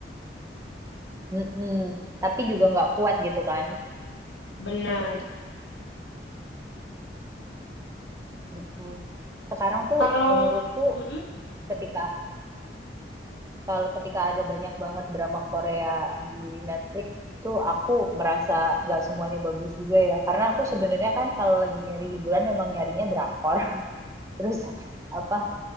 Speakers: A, on the right (about 15°); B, on the left (about 85°).
A: mm tapi juga nggak kuat gitu kan
B: Benar.
A: Mm-mm. sekarang tuh
B: Kalau
A: menurutku
B: Mm-mm.
A: ketika kalau ketika ada banyak banget drama Korea di Netflix tuh aku merasa nggak semuanya bagus juga ya karena aku sebenarnya kan kalau lagi nyari hiburan emang nyarinya drakor <laughs> terus apa